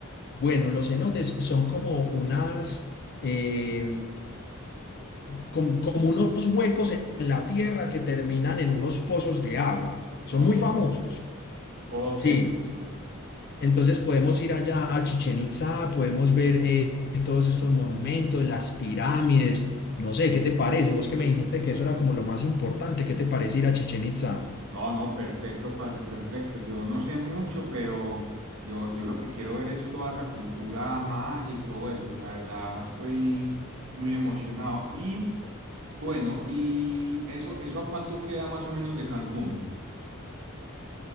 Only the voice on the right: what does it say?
Ok,
ok,
listo.
No, no, perfecto, parce, perfecto. Yo no sé mucho, pero yo, yo lo que quiero ver es toda esa cultura maya y todo eso. La verdad, estoy muy emocionado. Y bueno, ¿y eso, eso a cuánto queda más o menos de Cancún?